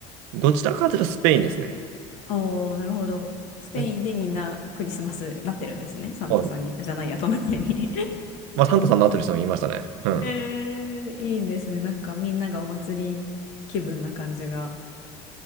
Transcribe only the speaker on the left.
おお、なるほど。スペインでみんなクリスマスなってるんですね。
サンタさんに、
あじゃないや、トナカイに。<laughs>
えー、いいですね。なんかみんながお祭り気分な感じが。